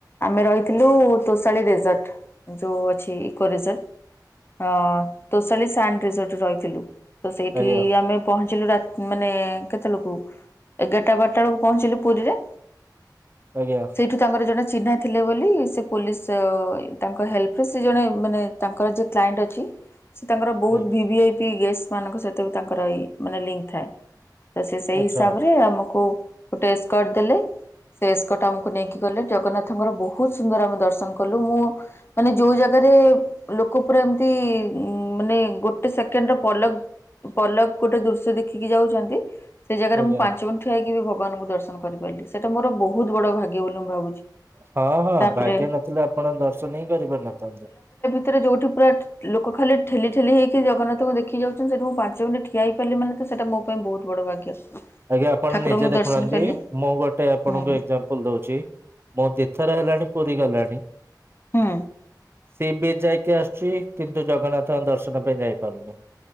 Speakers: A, on the left (about 30°); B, on the right (about 30°).
A: ଆମେ ରହିଥିଲୁ ତୋଷାଳୀ ରେଜର୍ଟ ଯୋଉ ଅଛି ଇକୋ ରେଜର୍ଟ। ହଁ ତୋଷାଲି ସାଣ୍ଡ ରେ ଯୋଉଠି ରହିଥିଲୁ। ତ ସେଇଠି
B: ଆଜ୍ଞା
A: ଆମେ ପହଞ୍ଚିଲୁ ରାତ୍ ମାନେ କେତେବେଳକୁ ଏଗାରଟା ବାରଟା ବେଳକୁ ପହଞ୍ଚିଲୁ ପୁରୀ ରେ।
B: ଆଜ୍ଞା
A: ସେଇଠୁ ତାଙ୍କର ଜଣେ ଚିହ୍ନା ଥିଲେ ବୋଲି ସେ ପୋଲିସ ତାଙ୍କ ହେଲ୍ପରେ ସେ ଜଣେ ମାନେ ତାଙ୍କର ଯୋଉ କ୍ଲାଇଣ୍ଟ ଅଛି ଛି ସେ ତାଙ୍କର ବହୁତ
B: ଆଜ୍ଞା
A: ଭିଭିି ଆଇ ପି ଗେଷ୍ଟ ମାନଙ୍କ ସହିତ ବି ତାଙ୍କର ଏଇ ମାନେ ଲିଙ୍କ ଥାଏ। ତ ସେ ସେଇ
B: ଆଚ୍ଛା
A: ହିସାବରେ ଆମକୁ ଗୋଟେ ସ୍କର୍ଟ ଦେଲେ। ସେ ଏସ୍କୋଟ ଆମକୁ ନେଇକି ଗଲେ ଜଗନ୍ନାଥଙ୍କର ବହୁତ ସୁନ୍ଦର ଆମେ ଦର୍ଶନ କଲୁ। ମୁଁ ମାନେ ଯୋଉ ଜାଗାରେ ଲୋକ ପୁରା ଏମିତି ମାନେ ଗୋଟେ ସେକେଣ୍ଡ ର ପଲକ ପଲ୍ଲକ୍ ଗୋଟେ ଦୃଶ୍ୟ ଦେଖିକି ଯାଉଛନ୍ତି। ସେଇ ଜାଗାରେ
B: ଆଜ୍ଞା
A: ମୁଁ ପାଞ୍ଚ ମିନିଟ୍ ଠିଆ ହେଇକି ବି ଭଗବାନଙ୍କୁ ଦର୍ଶନ କରିପାରିଲି ସେଇଟା ମୋର ବୋହୁତ ବଡ ଭାଗ୍ୟ ବୋଲି ମୁଁ ଭାବୁଛି।
B: ହଁ ହଁ
A: ତାପରେ
B: ଭାଗ୍ୟ ନଥିଲେ ଆପଣ ଦର୍ଶନ ହିଁ କରିପାରି ନଥାନ୍ତେ।
A: ଏଥିରେ ଯୋଉଠି ପୁରା ଠ୍ ଲୋକ ଖାଲି ଠେଲି ଠେଲି ହେଇକି ଜଗନ୍ନାଥଙ୍କୁ ଦେଖି ଯାଉଛନ୍ତି ସେଠି ମୁଁ ପାଞ୍ଚ ମିନିଟ ଠିଆଇପାରିଲି ମାନେ ତ ସେଟା ମୋ ପାଇଁ ବହୁତ ବଡ଼ ଭାଗ୍ୟ।
B: ଆଜ୍ଞା ଆପଣ
A: ଠାକୁରଙ୍କୁ
B: ନିଜେ ଦେଖୁନାହାନ୍ତି
A: ଦର୍ଶନ କଲି
B: ମୁଁ ଗୋଟେ ଆପଣଙ୍କ
A: ହୁଁ
B: ଏକ୍ସାମ୍ପ ପୁଲ ଦଉଛି ମୋ ଦି ଥର ହେଲାଣି ପୁରୀ ଗଲାଣି।
A: ହୁଁ
B: ସି ବିଚ୍ ଯାଇକି ଆସୁଛି। କିନ୍ତୁ ଜଗନ୍ନାଥଙ୍କ ଦର୍ଶନ ପାଇଁ ଯାଇପାରୁନି।